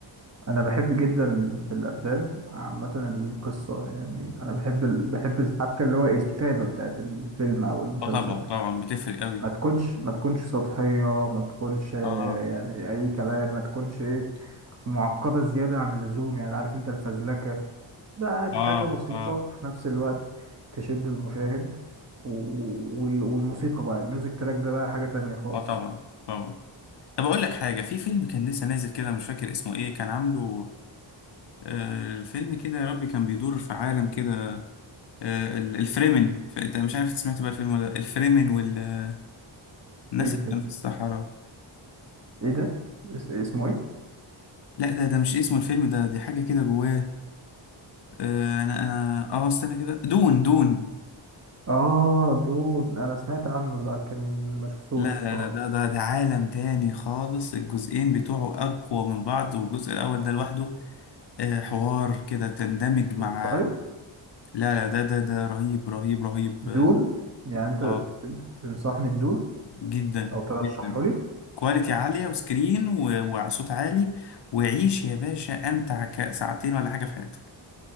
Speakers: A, on the right; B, on the left.
A: انا بحب جدا في الافلام عامه القصه يعني انا بحب ال... بحب الحبكه اللي هو الكتابه بتاعت الفيلم او المسلسل
B: اه طبعا طبعا بتفرق قوي
A: ما تكونش ما تكونش سطحيه ما تكونش آه،
B: اه
A: يعني اي كلام ما تكونش ايه معقده زياده عن اللزوم يعني عارف انت الفزلكه ده عادي
B: اه
A: حاجه بسيطه
B: اه
A: في نفس الوقت تشد المشاهد و... وال... والموسيقى بقى الميوزك تراك ده بقى حاجه تانية خالص
B: اه طبعا طبعا طب اقول لك حاجه في فيلم كان لسه نازل كده مش فاكر اسمه ايه كان عامله آه الفيلم كده يا ربي كان بيدور في عالم كده آه ال- الفريمن ف- انت مش عارف سمعت بقى الفيلم ولا لأ. الفريمن والناس اللي
A: ايه الفيلم
B: كانوا في الصحراء
A: ايه ده اس... اسمه ايه
B: لا ده ده مش اسمه الفيلم ده دي حاجه كده جواه آه انا انا اه استنى كده دون دون
A: اه دون انا سمعت عنه لكن ما شفتوش
B: لا
A: الصراحه
B: لا لا ده ده ده عالم تاني خالص الجزئين بتوعه اقوى من بعض والجزء الاول ده لوحده آه، حوار كده تندمج مع
A: والله
B: لا لا ده ده ده رهيب رهيب رهيب
A: دون يعني انت
B: اه آه،
A: تنصحني بدون
B: جدا
A: او ترشحه
B: جدا
A: لي
B: كواليتي عالية وسكرين و- وصوت عالي وعيش يا باشا امتع ك- ساعتين ولا حاجة في حياتك